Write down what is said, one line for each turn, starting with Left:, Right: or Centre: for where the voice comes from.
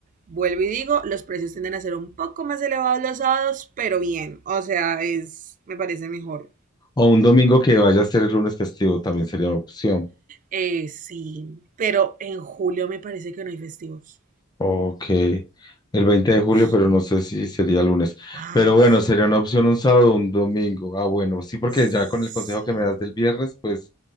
Right: Vuelvo y digo, los precios tienden a ser un poco más elevados los sábados, pero bien, o sea, es, me parece mejor.
Left: O un domingo que vaya a ser el lunes festivo también sería una opción.
Right: Eh, sí, pero en julio me parece que no hay festivos.
Left: Ok, el 20 de julio,
Right: Sí.
Left: pero no sé si sería lunes. Pero
Right: Ay,
Left: bueno,
Right: sí.
Left: sería una opción un sábado o un domingo. Ah, bueno, sí, porque
Right: Sí,
Left: ya con el consejo que me das del viernes, pues